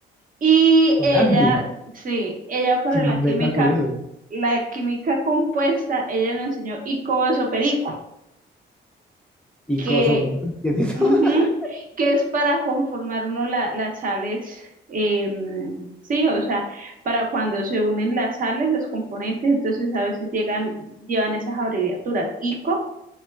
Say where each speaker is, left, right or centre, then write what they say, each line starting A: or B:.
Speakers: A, on the right (about 45°); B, in the centre.
A: y
B: Solandi,
A: ella, sí, ella para
B: qué nombre
A: la química,
B: tan curioso.
A: la química compuesta, ella nos enseñó icoso perico
B: Y
A: que
B: coso, pues, ¿qué es eso?
A: Ujú,
B: <laughs>
A: que es para conformar uno la- las sales, em, sí, o sea, para cuando se unen las sales, los componentes, entonces a veces llegan, llevan esas abreviaturas, ICO,